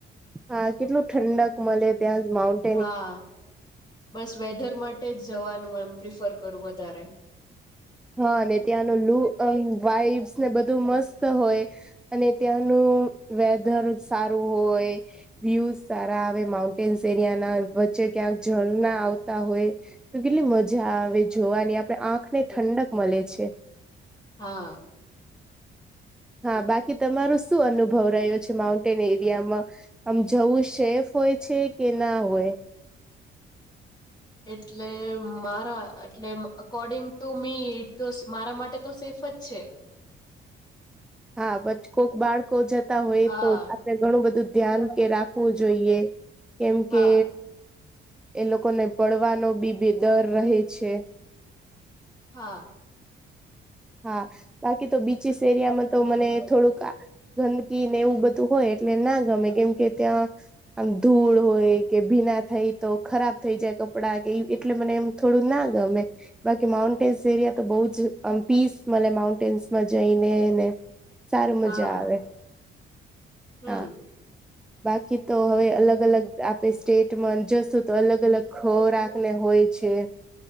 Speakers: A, in the centre; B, on the left.
A: હા કેટલું ઠંડક મળે ત્યાં જ માઉન્ટ
B: હા બસ વેધર માટે જ જવાનું એમ પ્રિફર કરું વધારે
A: હા ને ત્યાંનું વાઈબ્સ ને બધું મસ્ત હોય. અને ત્યાંનું વેધર સારું હોય. વ્યુઝ સારા આવે માઉન્ટેન્સ એરિયા ના વચ્ચે ક્યાંક ઝરણા આવતા હોય તો કેટલી મજા આવે જોવાની આપણે આંખ ને ઠંડક મળે છે.
B: હા
A: હા બાકી તમારો શું અનુભવ રહ્યો છે માઉન્ટેન એરિયામાં? આમ જવું સેફ હોય છે કે ના હોય?
B: એટલે મારા એટલે according to me it was તો મારા માટે તો સેફ જ છે.
A: હા પછ કોક બાળકો જતા હોય
B: હા
A: તો ઘણું બધું ધ્યાન કે રાખવું જોઈએ કેમ કે
B: હા
A: એ લોકોને પડવાનો બી બે દર રહે છે.
B: હા.
A: હા બાકી તો બીચીસ એરિયામાં તો મને થોડુંક ગંદકી ને એવું બધું હોય એટલે ના ગમે કેમ કે ત્યાં આમ ધૂળ હોય કે ભીના થાય તો ખરાબ થઈ જાય કપડાં કે એટલે મને એમ થોડું ના ગમે બાકી માઉન્ટેન્સ એરિયા તો બહુ જ આમ પીસ મળે માઉન્ટેન્સમાં જઈને સારું
B: હા
A: મજા આવે
B: હમ
A: હા. બાકી તો હવે અલગ અલગ આપણે સ્ટેટમાં જશું તો અલગ અલગ ખોરાકને હોય છે.